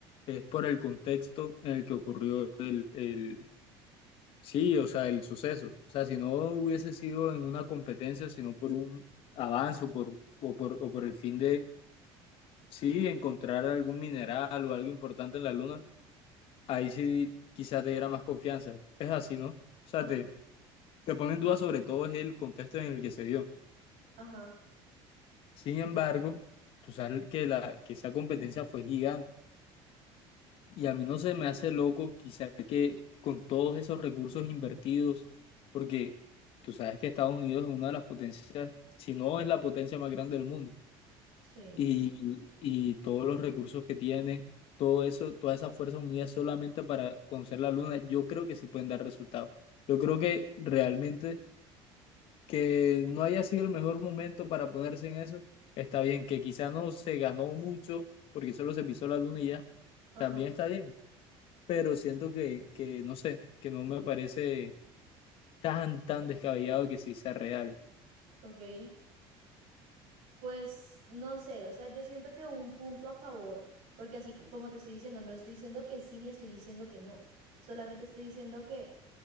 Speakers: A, on the left; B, on the right.
A: es por el contexto en el que ocurrió el, el- Sí, o sea, el suceso. O sea, si no hubiese sido en una competencia, sino por un avance o por, o por, o por el fin de, sí, encontrar algún mineral o algo importante en la luna, ahí sí quizás te diera más confianza. Es así, ¿no? O sea,
B: Ah,
A: te, te pone en duda sobre todo es el contexto en el que se dio.
B: ajá,
A: Sin embargo, tú sabes que, la, que esa competencia fue gigante. Y a mí no se me hace loco, quizá que con todos esos recursos invertidos, porque tú sabes que Estados Unidos es una de las potencias, si no es la potencia más grande del mundo,
B: sí,
A: y, y todos los recursos que tiene, todo eso, todas esas fuerzas unidas solamente para conocer la luna, yo creo que sí pueden dar resultados. Yo creo que realmente que no haya sido el mejor momento para ponerse en eso, está bien, que quizá no se ganó mucho porque solo se pisó la luna y ya,
B: ajá,
A: también está bien pero siento que, que, no sé, que no me parece tan, tan descabellado que sí sea real.
B: ok. Pues no sé, o sea, yo siento que un punto a favor, porque así co- como te estoy diciendo, no estoy diciendo que sí ni estoy diciendo que no, solamente estoy diciendo que